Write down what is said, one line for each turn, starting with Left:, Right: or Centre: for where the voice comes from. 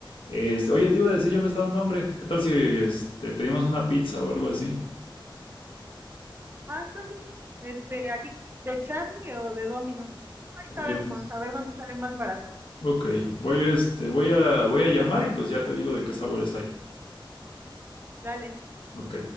Left: Este, oye, te iba a decir, ya me está dando hambre. ¿Qué tal si este, pedimos una pizza o algo así?
Right: pásale, este, aquí de Charlie o de Dominos. Ahorita
Left: Eh,
Right: vemos, a ver dónde sale más barato.
Left: Ok, voy, este, voy a, voy a llamar y pues ya te digo de qué sabores hay.
Right: Dale.
Left: Ok,